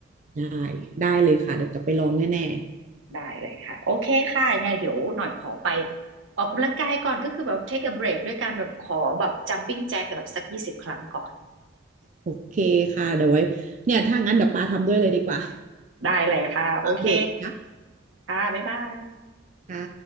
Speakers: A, on the right; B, on the right.
A: ได้ได้เลยค่ะเดี๋ยวกลับไปลองแน่
B: ได้เลยค่ะโอเคค่ะยังไงเดี๋ยวหน่อยขอไปออกกำลังกายก่อนก็คือแบบ take a break ด้วยการแบบขอแบบ jumping jack แบบสักยี่สิบครั้งก่อน
A: ๆโอเคค่ะเดี๋ยวไว้เนี่ยถ้างั้นเดี๋ยวปาทำด้วยเลยดีกว่า
B: ได้เลยค่ะโอเค
A: อัปเดตนะคะ
B: ค่ะบ๊ายบาย
A: ค่ะ